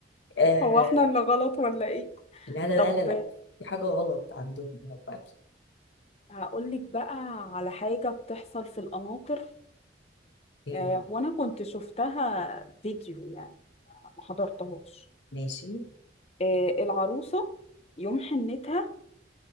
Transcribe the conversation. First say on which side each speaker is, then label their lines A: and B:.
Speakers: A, on the left; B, on the left.
A: آه
B: هو إحنا اللي غلط ولا إيه؟
A: لا لا
B: طب
A: لا لا لا في حاجه غلط عندهم هم اكيد
B: هقولك بقى على حاجة بتحصل في القناطر
A: إيه،
B: آه، هو أنا كنت شفتها فيديو يعني ما حضرتهاش
A: ماشي
B: آه، العروسة يوم حنتها